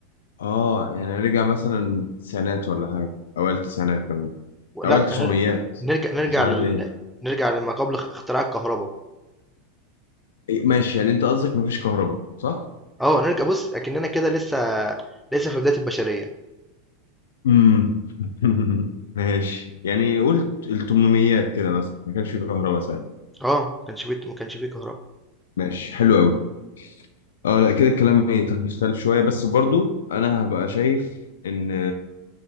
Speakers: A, on the left; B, in the centre.
A: آه يعني رجع مثلا تسعينات ولا حاجة أوائل تسعينات كمان
B: لا
A: أوائل تسعميات
B: نر- نرجع نرجع
A: تسعينات
B: لل...
A: إيه؟
B: نرجع لما قبل اختراع الكهرباء
A: إيه، ماشي يعني أنت قصدك مفيش كهرباء صح؟
B: آه، نرجع بُص، أكننا كده لسه لسه في بداية البشرية،
A: امم <laughs> ماشي يعني قلت التمنميات كده مثلا ما كانش في كهرباء ساعتها
B: آه، ما كانش في ما كانش في كهربا،
A: ماشي حلو أوي اه لا كده الكلام يختلف شوية بس برضو انا هبقى شايف ان